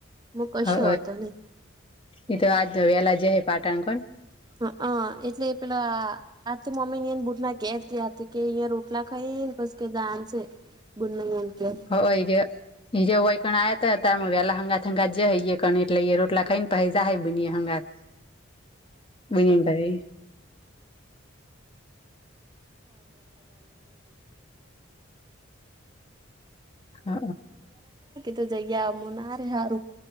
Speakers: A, on the right; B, on the left.
A: હું કશો
B: <unintelligible>
A: હતો નહી
B: એ તો આજ વેલા જાહે પાટણ પણ
A: <unintelligible> <unintelligible>
B: <unintelligible> <unintelligible>
A: <unintelligible> <unintelligible> <unintelligible> કે
B: બુની ઘરે હઅ
A: તો જઈયા અમુંન મારે હારું